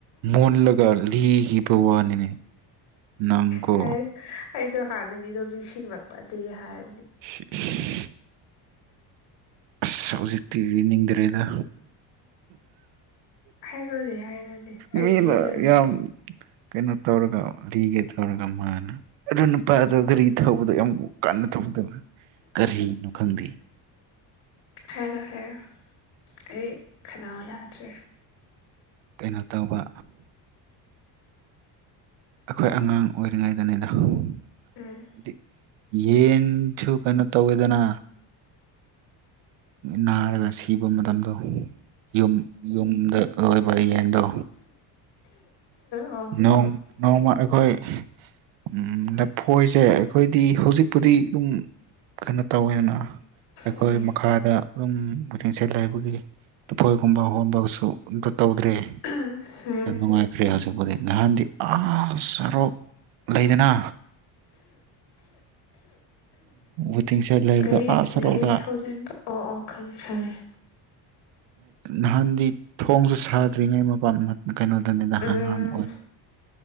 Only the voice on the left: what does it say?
ꯍꯥꯏꯌꯨ ꯑꯩꯗꯣ ꯍꯥꯟꯅꯒꯤꯗꯣ ꯅꯤꯡꯁꯤꯡꯂꯛꯄ ꯑꯗꯨꯒꯤ ꯍꯥꯏ
ꯍꯥꯏꯔꯣꯅꯦ ꯍꯥꯏꯔꯣꯅꯦ ꯑꯩ
ꯌꯦꯠꯂꯔꯣꯏꯒꯦ
ꯍꯥꯏꯔꯣ ꯍꯥꯏꯔꯣ ꯑꯩ ꯈꯗꯥꯎ ꯌꯥꯗ꯭ꯔꯦ
ꯎꯝ
ꯑꯣ
ꯎꯝ
ꯎꯝ
ꯒꯥꯔꯤ
ꯒꯥꯔꯤ ꯊꯧꯖꯤꯟ ꯑꯣ ꯑꯣ ꯈꯪꯉꯦ ꯈꯪꯉꯦ
ꯎꯝ